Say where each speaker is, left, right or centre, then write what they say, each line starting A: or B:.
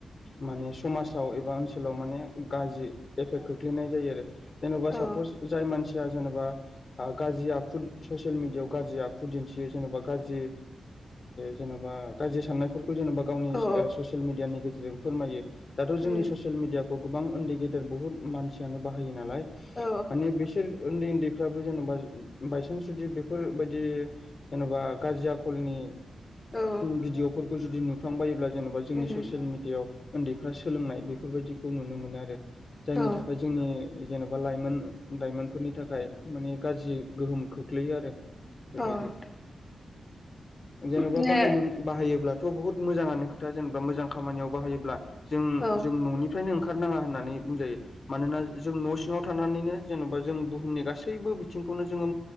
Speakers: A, on the left; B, on the left.
A: माने समाजाव एबा ओनसोलाव माने गाज्रि एफेक्ट खोख्लैनाय जायो। जेनबा
B: औ
A: सा जाय मानसि जनेबा गाजि आखु स'सेल मेदिया याव गाजि आखु दिन्थियो जेनेबा गाज्रि जेनेबा गाज्रि साननाय जेनेबा गावनि
B: औ
A: ससियेल मिडियानि गेजेरजों फोरमायो दाथ' जोंनि
B: उम
A: ससेल मिदिया गोबां उन्दै गेदेर बहुत मानसियानो बाहायो नालाय
B: औ
A: माने बिसोर उन्दै उन्दै फोराबो जेनेबा बायसान्स जुदि बेफोरबायदि जेनेबा गाज्रि आखलनि
B: औ
A: भिडिअफोरखौ जुदि नुफ्लांबायोब्ला जेनेबा जोंनि
B: उम
A: ससियेल मिडियाायाव उन्दैफ्रा सोलोंनाय बेफोरबायाददिखौ नुनो मोनो आरो जायनि
B: औ
A: थाखाय जोंनि जेनेबा लाइमोन लाइमोनफोरनि थाखाय मानिेगाज्रि गोहोम खोख्लैयो आरो। बेबायदि।
B: नोंथां
A: जेनबा
B: उम
A: बाहायनो बाहाय योब्लाथ बुहुत मोजाङनो खोथा जेनेबा मोजां खामानियाव बाहायो जों
B: औ
A: जों ननिफ्रायनो ओंखार खारनाङा होननानै बुंजायो। मानोना जों न' सिङाव थानानैनो जेनबा जों बुहुमनि गासैबो बिथिंखौनो जोङो